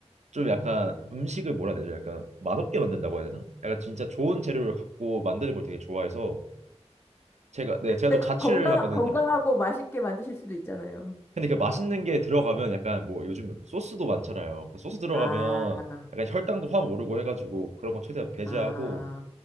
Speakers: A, on the right; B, on the left.
A: 좀
B: 음.
A: 약간 음식을 뭐라 해야 되죠? 약간 맛없게 만든다고 해야 되나? 약간 진짜 좋은 재료를 갖고 만드는 걸 되게 좋아해서 제가 네 제가
B: 근데
A: 또
B: 그
A: 자취를
B: 건강,
A: 하거든요.
B: 건강하고 맛있게 만드실 수도 있잖아요.
A: 근데 그 맛있는 게 들어가면 약간 뭐 요즘 소스도 많잖아요. 그 소스 들어가면
B: 아,
A: 약간 혈당도 확 오르고 해가지고 그런 거 최대한 배제하고
B: 아,